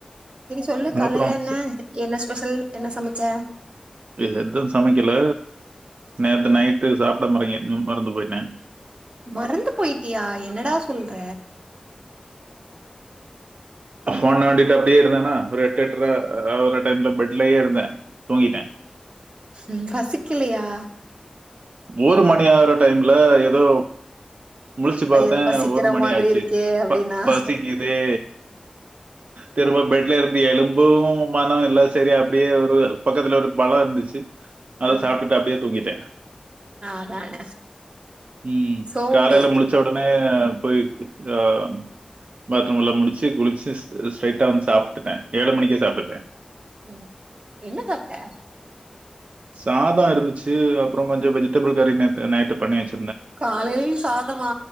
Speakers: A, on the right; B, on the right.
A: செரி சொல்லு காலைல
B: அப்புறம்
A: என்ன என்ன ஸ்பெஸல் என்ன சமச்ச?
B: எது சமைக்கல நேத்து நைட்டு சாப்புடமரிக்கே ம் மறந்து போய்ட்டே
A: மறந்து போய்ட்டியா என்னடா சொல்ற?
B: ஃபோன் நோண்டிட்டு அப்டியே இருந்தேனா ஒரு எட்டு எட்ர ஒரு டைம்ல பெட்லயே இருந்தே தூங்கிட்டே
A: ம் பசிக்கலயா
B: ஒரு மணி ஆகுற டைம்ல எதோ முழிச்சு
A: வயிறு
B: பாத்தேன்
A: பசிக்கிற
B: ஒரு மணி
A: மாதிரி
B: ஆச்சு
A: இருக்கே அப்டின்னா
B: ப பசிக்குதே திரும்ப பெட்ல இருந்து எழும்பவும் மனம் இல்லா செரி அப்டியே ஒரு பக்கத்துல ஒரு பழம் இருந்துச்சு அத
A: ஆ
B: சாப்பிட்டுட்டு அப்டியே தூங்கிட்டேன்
A: அதான
B: உம்
A: சோம்பேறி
B: காலைல முழிச்ச உடனே போய் ஆஹ் பாத்ரூம் எல்லாம் முடிச்சு குளிச்சு ஸ்ட்ரைட்டா வந்து சாப்பிட்டுட்டேன் ஏழு மணிக்கு சாப்பிட்டேன்
A: ஹம் என்ன சாப்ட
B: சாதம் இருந்துச்சு அப்புறம் கொஞ்சம் வெஜிடபிள் கறி நைட்டு பண்ணியாச்சு
A: காலையிலயும் சாதமா